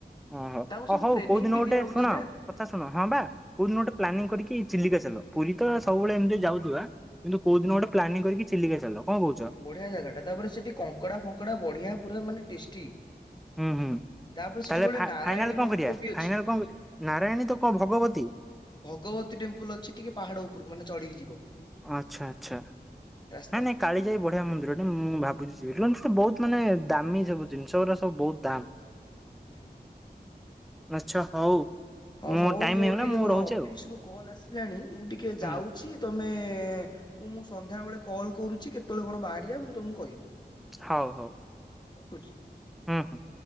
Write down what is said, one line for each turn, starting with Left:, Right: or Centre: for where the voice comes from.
Centre: ଓହୋ
Left: ତାଙ୍କୁ
Centre: ହଁ
Left: ସବୁ
Centre: ହଉ
Left: ଟ୍ରେନିଂ
Centre: କୋଉ ଦିନ
Left: ବି
Centre: ଗୋଟେ
Left: ଦିଆ ହଉଛି
Centre: ଶୁଣ
Left: ନା।
Centre: କଥା ଶୁଣ ହଁ ବା କୋଉ ଦିନ ଗୋଟେ ପ୍ଲାନିଂ କରିକି ଚିଲିକା ଚାଲ ପୁରୀ ତ ସବୁବେଳେ ଏମିତି ଯାଉଥିବା। କିନ୍ତୁ କୋଉ ଦିନ ଗୋଟେ ପ୍ଲାନିଂ କରିକି ଚିଲିକା ଚାଲ କଣ କହୁଚ।
Left: ବଢ଼ିଆ ଜାଗାଟା ତାପରେ ସେଠି କଙ୍କଡ଼ା, ଫଙ୍କଡ଼ା ବଢିଆ ପୁରା ମାନେ ଟେଷ୍ଟି।
Centre: ହୁଁ, ହୁଁ
Left: ତାପରେ ସେଠି
Centre: ତାହେଲେ
Left: ଗୋଟେ
Centre: ଫାଇନାଲ
Left: ନାରାୟଣୀ
Centre: କଣ
Left: ମନ୍ଦିର
Centre: କରିବା
Left: ବି ଅଛି।
Centre: ଫାଇନାଲ କଣ କରିବା ନାରାୟଣୀ ତ କଣ ଭଗବତୀ‌
Left: ଭଗବତୀ ଟେମ୍ପଲ୍ ଅଛି ଟିକେ ପାହାଡ଼ ଉପରକୁ ମାନେ ଚଢିକି ଯିବ।
Centre: ଆଚ୍ଛା, ଆଚ୍ଛା ନାଁ,
Left: ରାସ୍ତା।
Centre: ନାଁ। କାଳିଜାଇ ବଢ଼ିଆ ମନ୍ଦିରଟେ ମୁଁ ଭାବୁଛି ଯିବି ସେଟ ତ ବହୁତ ମାନେ ଦାମୀ ସବୁିଜିନିଷ ଗୁଡା ବହୁତ ଦାମ।
Left: ହଁ।
Centre: ଆଚ୍ଛା ହଉ।
Left: ହଁ
Centre: ମୁଁ
Left: ହଉ
Centre: ଟାଇମ
Left: ମୋର
Centre: ହେଇଗଲା
Left: ଟିକେ
Centre: ମୁଁ
Left: କଣ
Centre: ରହୁଛି
Left: ଅଫିସ
Centre: ଆଉ
Left: ରୁ କଲ୍ ଆସିଲାଣି ମୁଁ ଟିକେ ଯାଉ
Centre: ହୁଁ
Left: ସି ତମେ କୁ ମୁଁ ସନ୍ଧ୍ୟାବେଳେ କଲ୍ କରୁଚି। କେତେବେଳେ କଣ ବାହାରିବା ମୁଁ ତମକୁ କହିବି।
Centre: ହଉ, ହଉ।
Left: ହଉ ରଖୁଚି।
Centre: ହୁଁ, ହୁଁ।